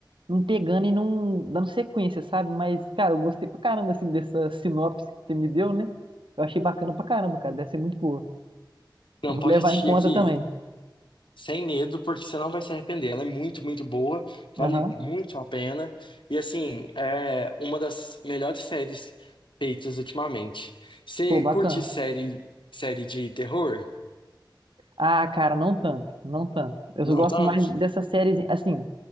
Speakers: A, on the right; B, on the left.
A: não pegando e não dando sequência, sabe? Mas, cara, eu gostei pra caramba, assim, dessa sinopse que você me deu, né? Eu achei bacana pra caramba, cara. Deve ser muito boa.
B: Não,
A: Eu vou
B: pode
A: levar
B: assistir
A: em conta
B: aqui
A: também.
B: sem medo, porque você não vai se arrepender. Ela é muito, muito boa, vale
A: Aham.
B: muito a pena. E assim, é uma das melhores séries feitas ultimamente. Você
A: Pô, bacana.
B: curte série, série de terror?
A: Ah, cara, não tanto, não tanto. Eu só
B: Não
A: gosto
B: tanto?
A: mais dessa série, assim,